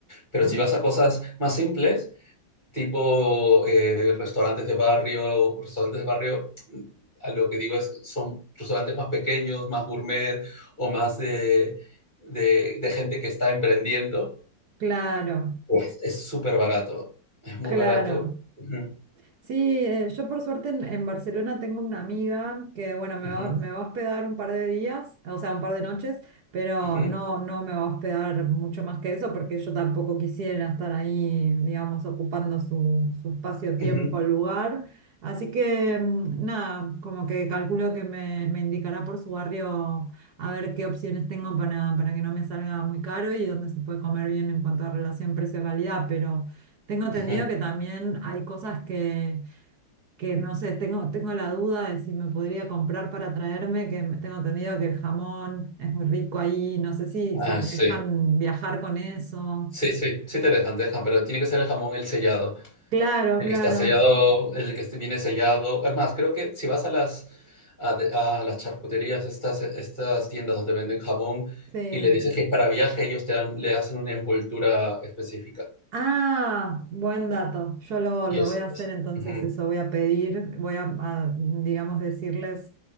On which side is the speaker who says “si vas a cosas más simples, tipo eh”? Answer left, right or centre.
Left